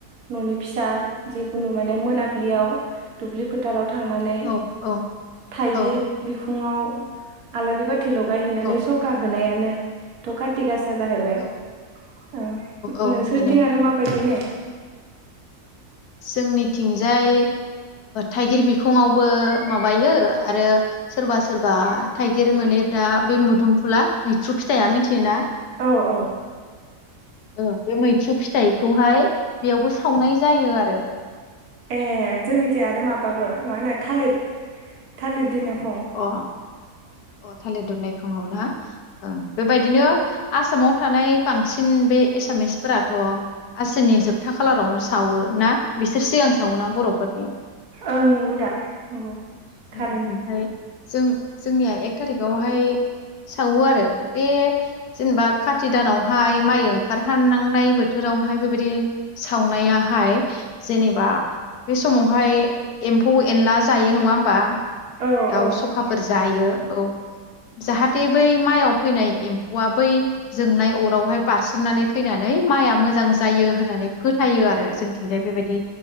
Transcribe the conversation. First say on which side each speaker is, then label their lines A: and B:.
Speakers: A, on the right (about 75°); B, on the left (about 80°).
A: न'नि फिसा जिखुनु माने मोनाबिलियाव दुब्लि फोथाराव थांनानै
B: औ औ
A: थाइगिर
B: औ
A: बिख फुङाव आलारि बा थि ल यहैनानै
B: औ
A: सखा होनाया नो थ' खाथि गा सा जाहैबाय
B: औ
A: औ
B: औ
A: नोंसोरनिथिं
B: बेनो
A: आरो माबायदि नेम
B: जोंनिथिंजाय थाइगिर बिखुङावबो माबायो आरो सोरबा सोरबा थाइगिर गिर मोनैफ्रा बे मुदुमफुला मैथ्रु फिथाइया मिथियोना
A: औ औ
B: ओ बे मैथ्रु फिथाइखौहाय बेयावबो सावनाय जायो आरो
A: ए जोंनिथि आरो माबाबो मा होनो थालिर थालिर दिनाव
B: अ अ थालिद दुनायखङाव ओं बेबायदिनो आसामाव थानाय बांसिन बे एसामिसफोराथ' आसिननि जोबथा खालारावनो सावो ना बिसोर सिगां सावोना बर'फोरनि
A: ओं नंगौ दा नंगौ
B: उम
A: थारैनो
B: ओमफाय जों जोंनिया एक थारिकावहाय सावो आरो बे जेनेबा खाथि दानाव हाय माइ ओंखारहां <unintelligible> बोथोरावहाय बेबायदि सावनायाहाय जेनेबा बे समावहाय एम्फौ एनला जायो नङा बा
A: औ
B: दाउ
A: औ
B: सखाफोर जायो औ जाहाथे बै माइआव फैनाय एम्फौआ बै जोंनाय अरावहाय बारसोमनानै थैनानै माइआ मोज जां जायो होननानै फोथायो आरो जोंथिंजाय बेबायदि